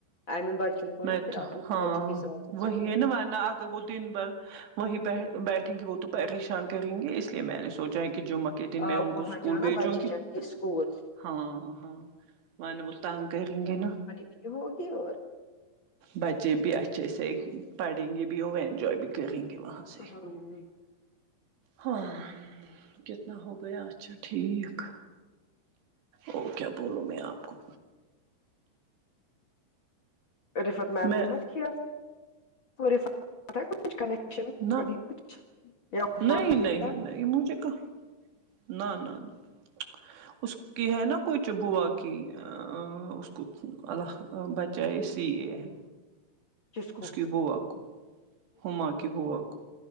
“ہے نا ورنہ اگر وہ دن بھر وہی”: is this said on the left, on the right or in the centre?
Right